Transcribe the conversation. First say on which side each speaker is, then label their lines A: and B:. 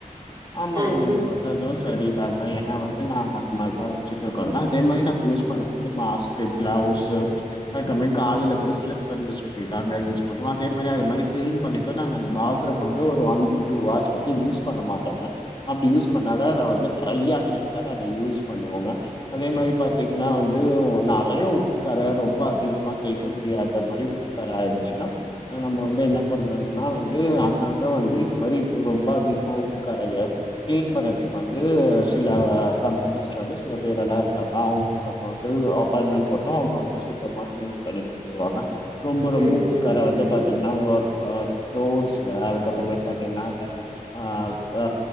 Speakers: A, on the left (about 35°); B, on the right (about 30°).
A: ஆமாங்க
B: ஆ நீ
A: நீங்க சொல்றதும் சரிதாங்க ஏன்னா வந்து டு நாங்க அந்த மாரிதா வச்சிட்டு இருக்கோன்னா அதே மாரி நாங்க யூஸ் பண்ணபோது மாஸ்க்கு கிளவ்ஸு அதுக்கப்பமேட் காலில கூட ஸ்லிப்பர் யூஸ் பண்ணி தாங்க யூஸ் பண்ணுவோ அதே மாரி அது மாரி க்ளீன் பண்ணிட்டு நாங்க அந்த பாத்ரூம் வந்து ஒரு ஒன் டு டூ ஆர்ஸ் வந்து யூஸ் பண்ண மாட்டோ அப்டி யூஸ் பண்ணாதா அத வந்து ட்ரை ஆக்கிட்டு தா நாங்க யூஸ் பண்ணுவோங்க அதே மாரி பாத் திங்னா வந்து உ ந றைய உப்பு கற ரொம்ப அ திகமா தேய்க்க முடியாத மாரி உப்புக்கற ஆயிடுச்சுன்னா நம்ம வந்து என்ன பண்ணன்னா வந்து அங்கங்க வந்து இது மாரி ரொம்ப அதிகமா‌ உ ப்புக் கறைய க்ளீன் பண்ணற்துக்கு வந்து சில கம்பெனிஸ்ல வந்து சில பேர் எல்லா இருக்காங்க அவுங்ளுக்கு நம்ம வந்து அப்பாயின்மென்ட் போட்டா அவுங்க வந்து சுத்தமா கிளீன் பண்ணி குடுத்துருவாங்க ரொம்ப ரொம்ப
B: ம் ம்
A: உப்புக்கற
B: ம்
A: வந்து
B: ம்
A: பாத்தீங்னா உங்க அ டோர்ஸ்ல அதுக்கப்புற பாத்தீங்னாக்க ஆ அ ஆ